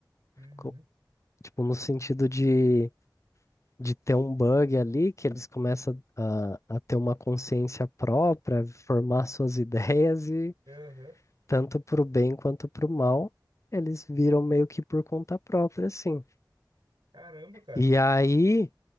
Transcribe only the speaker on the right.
Uhum.
Aham.
Caramba, cara.